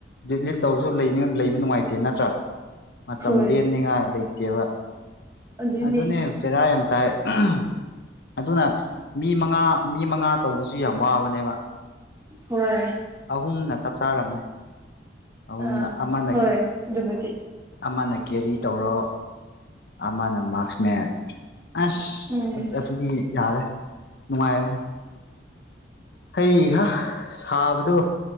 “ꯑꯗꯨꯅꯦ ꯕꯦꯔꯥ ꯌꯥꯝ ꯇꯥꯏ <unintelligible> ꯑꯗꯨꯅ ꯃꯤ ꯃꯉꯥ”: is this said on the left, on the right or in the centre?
Left